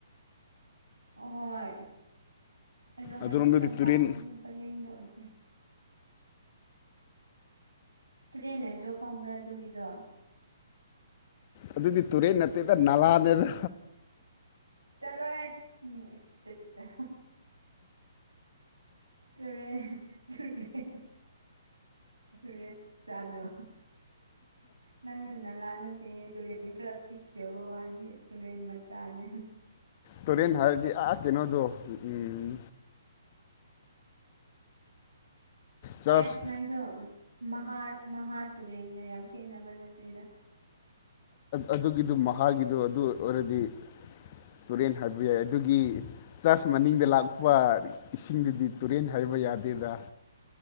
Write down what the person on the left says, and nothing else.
ꯑꯗꯨꯔꯣꯝꯗꯗꯤ
ꯇꯨꯔꯦꯟ
ꯑꯗꯨꯗꯤ ꯇꯨꯔꯦꯟ ꯅꯠꯇꯦꯗ ꯅꯥꯂꯥꯅꯦꯗ
ꯇꯨꯔꯦꯟ ꯍꯥꯏꯔꯗꯤ ꯑꯥ ꯀꯩꯅꯣꯗꯣ ꯎꯝ ꯆꯔꯆ
ꯑꯗꯨꯒꯤꯗꯨ ꯃꯍꯥꯛꯀꯤꯥꯒꯤꯗꯨꯣ ꯑꯗꯨ ꯑꯣꯏꯔꯗꯤ ꯇꯨꯔꯦꯟ ꯍꯥꯏꯕ ꯌꯥꯏ ꯑꯗꯨꯒꯤ ꯆꯔꯆ ꯃꯅꯤꯡꯗ ꯂꯥꯛꯄ ꯏꯁꯤꯡꯗꯨꯗꯤ ꯇꯨꯔꯦꯟ ꯍꯥꯏꯕ ꯃꯖꯥꯗꯗ